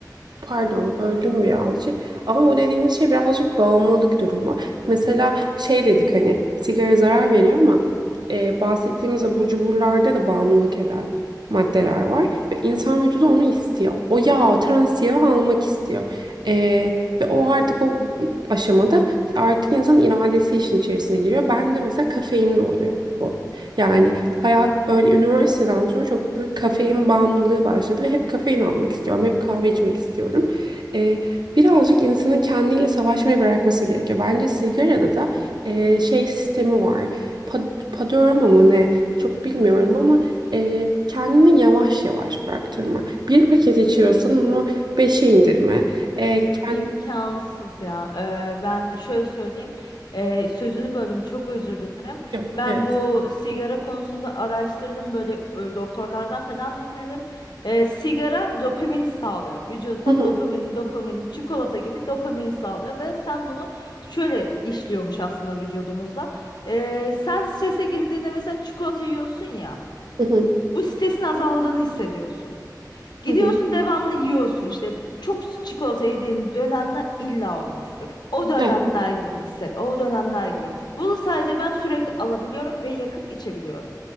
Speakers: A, on the right; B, on the left.
A: pardon böldüm birazcık ama bu dediğimiz şey birazcık bağımlılık durumu. Mesela şey dedik hani sigara zarar veriyor ama e, bahsettiğimiz abur cuburlarda da bağımlılık eden maddeler var ve insan vücudu onu istiyor. O yağ, trans yağ almak istiyor. E, ve o artık o aşamada artık insanın iradesi işin içerisine giriyor. Ben de mesela kafeinde oluyor bu. Yani Hayat böyle üniversiteden sonra çok büyük kafein bağımlılığı başladı ve hep kafein almak istiyorum, hep kahve içmek istiyorum. Ee, birazcık insanın kendiyle savaşmayı bırakması gerekiyor. Bence sigarada da e, şey sistemi var. Pa- Padorama mı ne? Çok bilmiyorum ama e, kendini yavaş yavaş bıraktırma. Bir paket içiyorsan onu beşe indirme. E, kend-
B: İmkansız ya. Ee, ben şöyle söyleyeyim. Ee, sözünü böldüm. Çok özür dilerim.
A: Yok,
B: Ben
A: evet.
B: bu sigara konusunda araştırdım. Böyle e, doktorlardan falan dinledim. Ee, sigara dopamin sağlıyor. Vücuda
A: Hı hı,
B: dopamin, dopamin, çikolata gibi dopamin sağlıyor. Ve sen bunu şöyle işliyormuş aslında vücudumuzda. Ee, sen strese girdiğinde mesela çikolata yiyorsun ya.
A: hı hı,
B: Bu stresin azaldığını hissediyorsun.
A: hı
B: Gidiyorsun
A: hı.
B: devamlı yiyorsun işte çok çikolata yediğin dönemler illa olmuştur. O dönemler
A: Evet.
B: gibi hisset, o dönemler gibi. Bunu sadece ben sürekli alabiliyorum ve yakıp içebiliyorum.